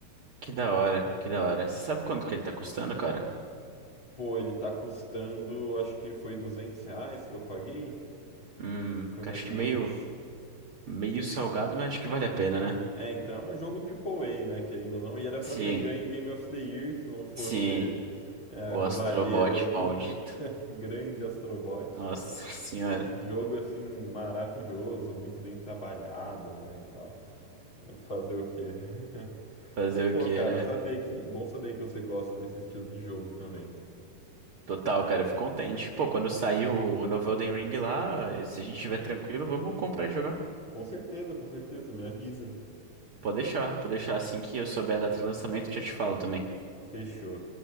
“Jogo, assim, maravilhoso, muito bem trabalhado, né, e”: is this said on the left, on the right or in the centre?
Left